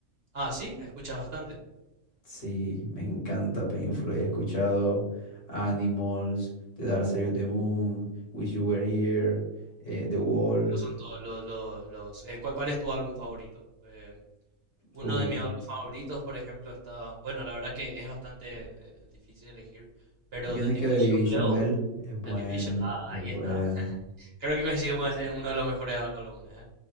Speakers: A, on the right; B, on the left.
A: ah, sí, escuchas bastante.
B: Sí, me encanta Pink Floyd. He escuchado Animals, The Dark Side of the Moon, Wish You Were Here, eh, The Wall.
A: Esos son todos los, los, los- eh, ¿cuál, cuál es tu álbum favorito? Eh, Uno
B: Uh,
A: de mis álbumes favoritos, por ejemplo, está, bueno, la verdad que es bastante eh, difícil elegir, pero
B: hay una
A: The Division
B: que de Division
A: Bell,
B: Bell es bueno,
A: The Division, ah,
B: es
A: ahí
B: bueno.
A: está. Creo que coincidimos en, en uno de los mejores á- álbumes, ¿eh?